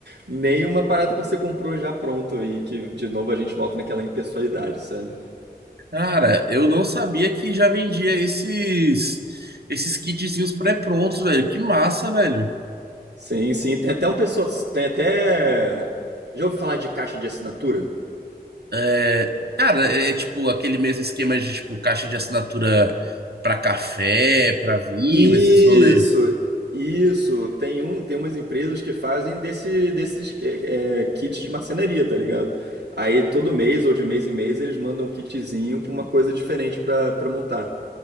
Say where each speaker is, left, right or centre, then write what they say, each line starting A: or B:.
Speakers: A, on the right; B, on the right.
A: Nem uma parada que você comprou já pronto e que de novo a gente volta naquela impessoalidade, sabe?
B: cara, eu não sabia que já vendia esses, esses kitzinhos pré-prontos, velho. Que massa, velho.
A: Sim, sim. Tem até um pessoal. Tem até. Já ouvi falar de caixa de assinatura?
B: É, cara, é é tipo aquele mesmo esquema de tipo caixa de assinatura pra café, pra vinho,
A: Isso,
B: esses rolês.
A: isso. Tem um, tem umas empresas que fazem desse, desses é, é, kits de marcenaria, tá ligado? Aí todo mês ou de mês em mês eles mandam um kitzinho com uma coisa diferente pra, pra montar.